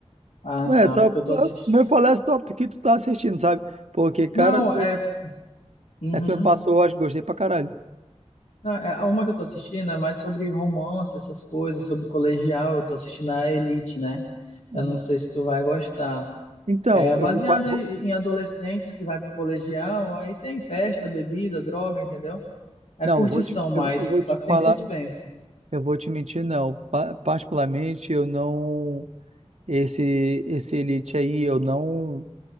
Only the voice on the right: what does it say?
Ué,
só
pra-
meu falar esse que tu tá assistindo, sabe? Porque, cara,
essa me passou, eu acho que gostei pra caralho.
Uhum.
Então,
eu vou, pa- vou-
não,
eu vou te,
eu, eu vou
te
falar,
eu vou te mentir, não. Pa- particularmente, eu não, esse, esse Elite aí, eu não,